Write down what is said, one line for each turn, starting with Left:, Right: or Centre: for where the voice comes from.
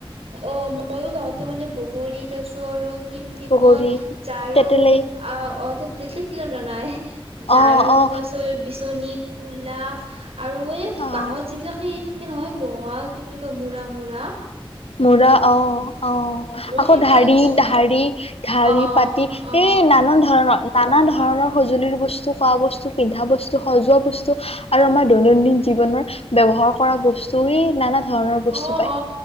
Right: অ মইও যাওঁতে মানে বগৰীত আছো আৰু। কি বুলি
Left: বগৰী
Right: কয় ঝাৰু
Left: তেতেলী
Right: অ অ তে না নাই ঝাৰু
Left: অ অ
Right: তাৰপিছত বিচনী কলা। আৰু এই
Left: অ
Right: বাহত যিবিলাক সেই। নহয় বোৱা কি বুলি কয় বুৰা মূৰা।
Left: মূৰা অ অ
Right: মই
Left: আকৌ
Right: সেইবিলাক
Left: ঢাৰি
Right: আনিছিলো
Left: -ঢাৰি -ঢাৰি
Right: অ অ
Left: পাতি এ নানান ধৰণৰ। নানা ধৰণৰ সজুলিৰ বস্তু খোৱা বস্তু পিন্ধা বস্তু সজোৱা বস্তু আৰু আমাৰ দৈনন্দিন জীৱনৰ ব্যৱহাৰ কৰা বস্তু এই নানা। ধৰণৰ বস্তু
Right: অ অ
Left: পায়
Right: অ